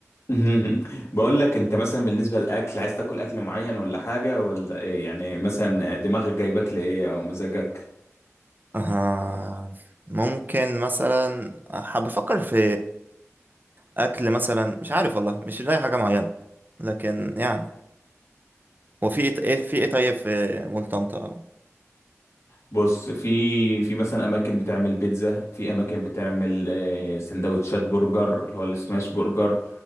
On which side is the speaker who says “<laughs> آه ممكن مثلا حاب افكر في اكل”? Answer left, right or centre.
Right